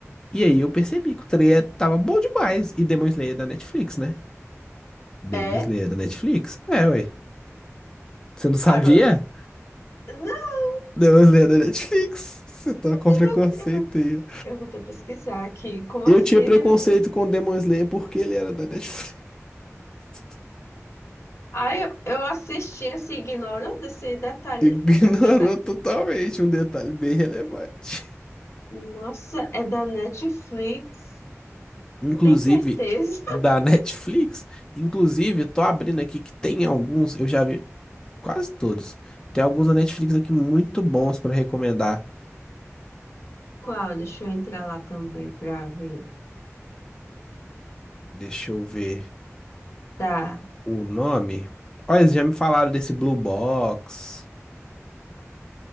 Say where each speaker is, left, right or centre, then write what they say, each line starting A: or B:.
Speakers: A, on the left; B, on the left.
A: E aí eu percebi que o trailer tava bom demais. E Demon Slayer é da Netflix, né? Demon
B: é?
A: Slayer é da Netflix? É, ué. Você não sabia?
B: Agora, não,
A: Demon Slayer é da Netflix. Você tá com
B: eu
A: preconceito
B: vou, eu vou
A: aí. ó.
B: eu vou ter que pesquisar aqui. Como
A: Eu
B: assim?
A: tinha preconceito
B: Tem pesquisa?
A: com Demon Slayer porque ele era da Netflix. <laughs>
B: Ai, eu, eu assisti assim, ignorando esse detalhe.
A: Ignorou
B: Pra mim, detalhe tudo.
A: totalmente um detalhe bem relevante.
B: Nossa, é da Netflix.
A: Inclusive,
B: Tem certeza? <laughs>
A: da Netflix. Inclusive, tô abrindo aqui que tem alguns, eu já vi quase todos. Tem alguns da Netflix aqui muito bons pra recomendar.
B: Qual? Deixa eu entrar lá também pra ver.
A: Deixa eu ver
B: Tá.
A: o nome. Olha, eles já me falaram desse Blue Box.